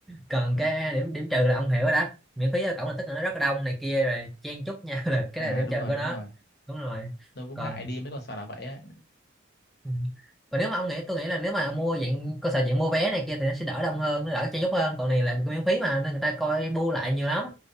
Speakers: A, in the centre; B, on the left.
A: còn
B: Ừ.
A: cái điểm điểm trừ là ông hiểu rồi đó miễn phí vào cổng là tức là nó rất là đông này kia rồi chen chúc nhau <laughs> là cái
B: À
A: đó là điểm
B: đúng
A: trừ
B: rồi,
A: của
B: đúng
A: nó
B: rồi.
A: đúng rồi
B: Tôi cũng
A: còn
B: ngại đi mấy con sò là vậy ấy.
A: Ừ. còn nếu mà ông nghĩ tôi nghĩ là nếu mà mua dạng cơ sở dạng mua vé này kia thì nó sẽ đỡ đông hơn nó đỡ chen chúc hơn còn này là miễn phí mà nên người ta coi bu lại nhiều lắm